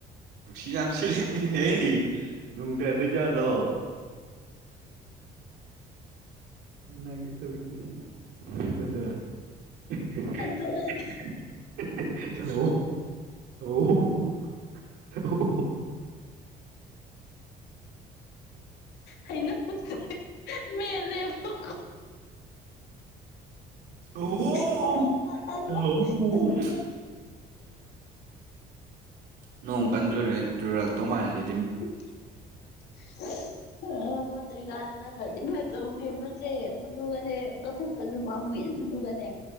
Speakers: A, on the right (about 75°); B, on the left (about 75°).
A: ꯅꯨꯡꯁꯤꯠ ꯌꯝ ꯁꯤꯠꯅꯤ ꯍꯦ ꯅꯣꯡ ꯇꯥꯇꯣꯏꯖꯠ ꯂꯣ ꯅꯪꯒꯤ <unintelligible>
B: ꯑꯗꯨꯒꯅꯦ
A: ꯑꯣ ꯑꯣ ꯑꯣ
B: ꯍꯩꯅꯧꯁꯦ ꯃꯩꯠꯂꯦꯕ ꯀꯣ
A: ꯍ ꯍꯣ
B: ꯀꯣꯜꯂꯒ
A: ꯁꯑꯣꯝ ꯁꯑꯣꯝ
B: ꯑꯗꯨꯒ
A: ꯅꯣꯡ ꯀꯟꯆꯨꯔ ꯆꯨꯔꯛ ꯇꯣ ꯃꯜꯂꯤ
B: <unintelligible> ꯑ ꯃꯄꯠꯇ꯭ꯔꯤꯉꯩꯗ ꯆꯠꯈ꯭ꯔꯗꯤ ꯐꯗꯧꯅꯦꯕ ꯁꯦ ꯑꯗꯨꯗꯨꯒꯅꯦ ꯀꯛꯊꯠꯄꯁꯨ ꯄꯥꯃꯨꯏ ꯑꯗꯨꯗꯨꯒꯅꯦ